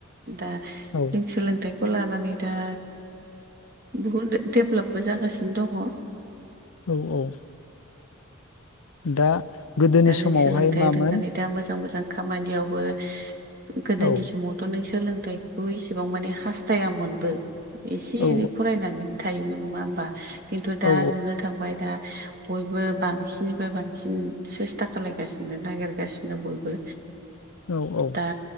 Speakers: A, on the right; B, on the left.
A: दा जों
B: औ
A: सोलोंथाइखौ लानानै दा बहुद दडेभलपबो जागासिनो दङ।
B: औ औ दा गोदोनि
A: दा जों
B: समावहाय
A: सोलोंथाइ
B: मामोन
A: रोंनानै दा मोजां मोजां खामानियावबो गोदोनि
B: औ
A: समावथ' नों सोलोंथाइ खौ‌ इसेबां माने हास्थायामोनबो एसे
B: औ
A: एनै फरायनानै थायोमोन नङा होमबा? खिन्थु दा
B: औ
A: नुनो थांबाय दा बयबो बांसिननिफ्राय बांसि सिन सेस्था खालायगासिनो नागिरगासिनो बयबो
B: औ औ
A: दा